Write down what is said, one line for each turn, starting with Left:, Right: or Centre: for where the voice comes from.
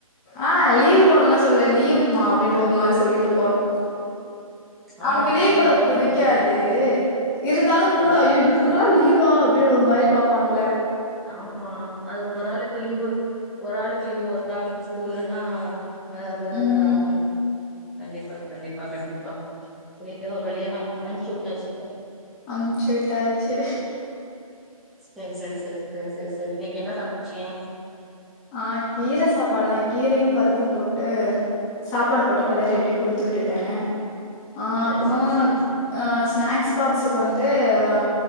Left: ஆ லீவ் போறேன்லா சொல்லல லீவ்மா அப்டின்ட்டு ஒரு மாரி சொல்லிட்டு போறா
Centre: ஆமா
Left: அவனுக்கு லீவ்
Centre: கஷ்டமாதான
Left: போட புடிக்காது
Centre: இருக்கு
Left: இருந்தாலு
Centre: செரி
Left: கூட
Centre: செரி
Left: ஐயோ இவங்களுக்கெல்லா
Centre: செரி
Left: லீவா அப்டின்னு ஒரு மாரி பாப்பாங்கள
Centre: ஆமா அது ஒரு ஆளுக்கு லீவ் கு ஒரு ஆளுக்கு லீவ் ஒ ரு ஆளுக்கு ஸ்கூலுன்னா அது அப்டிதா
Left: ம்
Centre: இதாகு கண்டிப்பா கண்டிப்பா கண்டிப்பா எப்டியோ ஒரு வழியா அனுப்ச்சு வுட்டாச்சு
Left: அனுப்ச்சு விட்டாச்சு
Centre: <unintelligible> இன்னைக்க என்ன சமைச்சீங்க
Left: அ கீர சாப்பாடுதா கீரையு பருப்பு போட்டு சாப் பாடுப்போட்டு கெளறி அப்டே குடுத்து விட்டுட் டே அ
Centre: சரி
Left: அப்புறோ
Centre: சரி சரி சரி
Left: அ ஸ்நாக்ஸ் பாக்ஸுக்கு வந்து அ